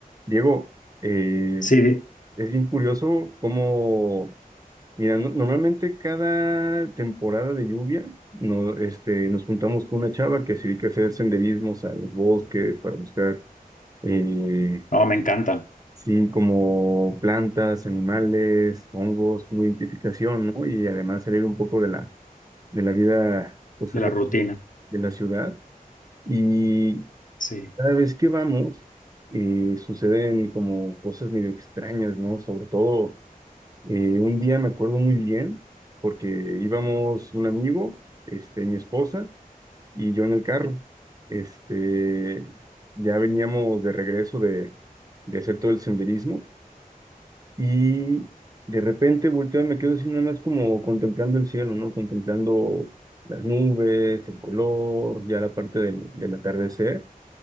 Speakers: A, on the right; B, on the left.
A: Diego, eh,
B: Sí,
A: es bien curioso cómo, mira, no- normalmente cada temporada de lluvia no, este, nos juntamos con una chava que se dedica a hacer senderismos a los bosques para buscar, eh,
B: no, me encanta
A: sí, como plantas, animales, hongos, como identificación, ¿no? Y además salir un poco de la, de la vida, pues,
B: de
A: aje-
B: la rutina.
A: de la ciudad. Y
B: Sí,
A: cada vez que vamos, eh, suceden como cosas medio extrañas, ¿no? Sobre todo Eh, un día me acuerdo muy bien porque íbamos un amigo, este, mi esposa y yo en el carro. Este, ya veníamos de regreso de, de hacer todo el senderismo y de repente volteo y me quedo así nada más como contemplando el cielo, ¿no? Contemplando las nubes, el color, ya la parte del, del atardecer